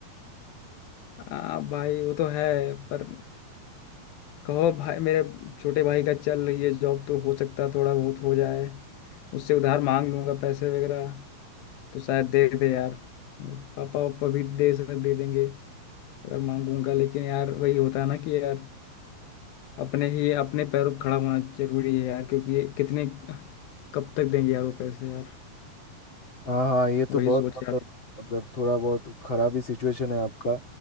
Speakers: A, on the left; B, on the left.
A: आ, भाई वो तो है पर कहो भाई मेरे छोटे भाई का चल रही है जॉब तो हो सकता है थोड़ा बहुत हो जाए उससे उधार मांग लूंगा पैसे वगैरह तो शायद दे दे यार पापा वापा भी दे सक दे देंगे अगर मांगूंगा लेकिन यार वही होता है ना कि यार अपने ही अपने पैरों पर खड़ा होना जरूरी है यार क्योंकि ये कितने कब तक देंगे यार वो पैसे यार
B: हाँ हाँ ये तो
A: वही
B: बहुत
A: सोच
B: मतलब
A: रहा था
B: मतलब थोड़ा बहुत खराब ही सिचुएशन है आपका